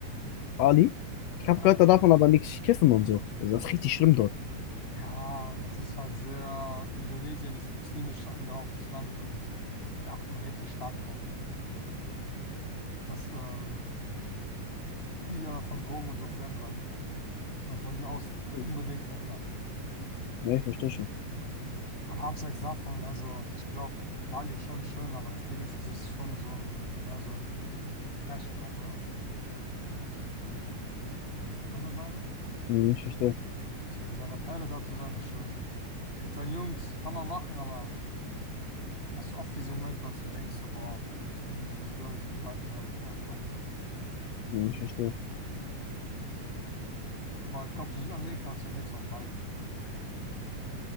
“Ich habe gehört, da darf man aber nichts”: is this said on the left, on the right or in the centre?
Left